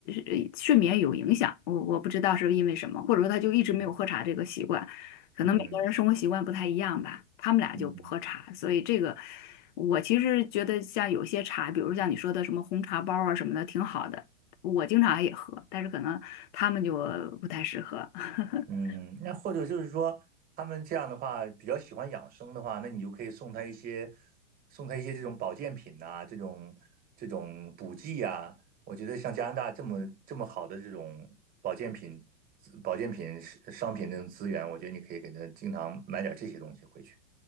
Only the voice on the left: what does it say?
呃睡眠有影响，我我不知道是因为什么，或者说他就一直没有喝茶这个习惯。
可能每个人生活习惯不太一样吧，
他们俩就不喝茶，
所以这个我其实觉得像有些茶，比如像你说的什么红茶包啊什么的，挺好的，我经常也喝，但是可能他们就不太适合。<laughs>